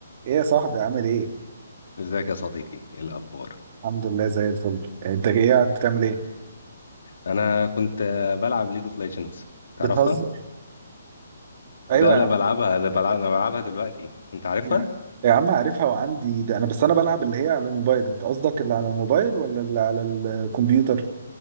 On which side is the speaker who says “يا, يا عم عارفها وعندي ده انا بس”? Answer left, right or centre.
Right